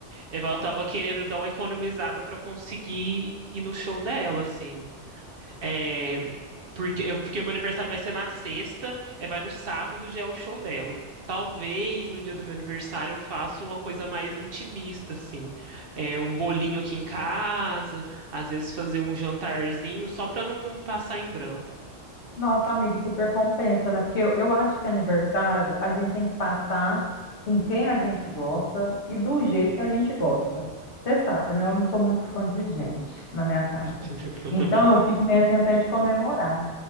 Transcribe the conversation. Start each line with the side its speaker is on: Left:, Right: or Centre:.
Right: Eu tava querendo dar uma economizada pra conseguir ir no show dela, assim. É, porque, eu- porque meu aniversário vai ser na sexta, é, vai no sábado já é o show dela. Talvez no dia do meu aniversário eu faça uma coisa mais intimista, assim. É, um bolinho aqui em casa, às vezes fazer um jantarzinho, só pra não passar em branco.
Left: Nossa, amiga, super compensa, né? Porque eu, eu acho que aniversário a gente tem que passar com quem a gente gosta e do jeito que a gente gosta. Você sabe, né? Eu não sou muito fã de gente na minha casa.
Right: <laughs>
Left: Então eu fico meio assim até de comemorar.